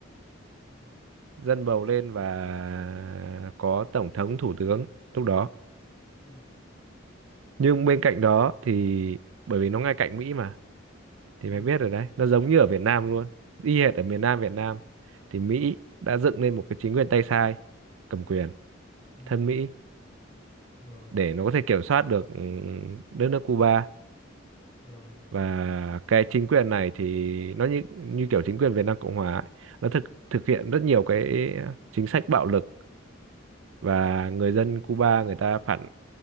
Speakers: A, on the left; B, on the right.
A: Ừ.
B: dân bầu lên và có tổng thống thủ tướng lúc đó
A: Ừ.
B: nhưng bên cạnh đó thì bởi vì nó ngay cạnh Mỹ mà
A: Ừ.
B: thì mày biết rồi đấy nó giống như ở Việt Nam luôn y hệt ở miền Nam Việt Nam thì Mỹ đã dựng lên một cái chính quyền tay sai cầm quyền
A: Ừ,
B: thân Mỹ
A: rồi,
B: để nó có thể kiểm soát được ừ, đất nước Cuba
A: rồi.
B: và cái chính quyền này thì nó như như kiểu chính quyền Việt Nam Cộng Hòa ấy, nó thực thực hiện rất nhiều cái chính sách bạo lực và người dân Cuba người ta phản